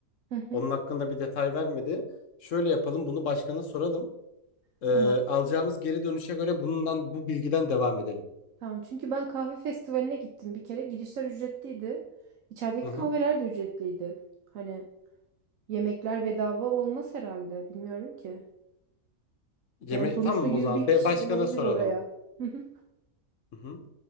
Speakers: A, on the right (about 65°); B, on the left (about 60°).
A: Hı hı.
B: Onun hakkında bir detay vermedi. Şöyle yapalım, bunu başkana soralım. E,
A: Tamam.
B: alacağımız geri dönüşe göre bundan bu bilgiden devam edelim.
A: Tamam. Çünkü ben kahve festivaline gittim bir kere. Girişler ücretliydi. İçerideki
B: Hı hı.
A: kahveler de ücretliydi. Hani yemekler bedava olmaz herhalde. Bilmiyorum ki.
B: Yeme
A: Yani sonuçta
B: tamam
A: 100
B: o zaman.
A: bin
B: Be
A: kişi
B: başkana
A: gelebilir
B: soralım.
A: oraya. <laughs>
B: Hı hı.